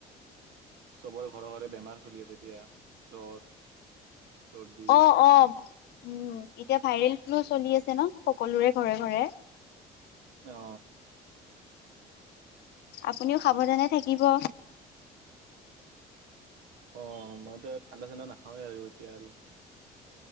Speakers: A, on the right; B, on the left.
A: চবৰে ঘৰে ঘৰে বেমাৰ চলি আছে এতিয়া, জ্বৰ, চৰ্দি
B: অ অ। উম এতিয়া ভাইৰেল ফ্লু চলি আছে ন, সকলোৰে ঘৰে ঘৰে।
A: অ।
B: আপুনিও সাৱধানে থাকিব।
A: অ মইতো ঠাণ্ডা ঠাণ্ডা নাখাওঁৱেই আৰু এতিয়া আৰু।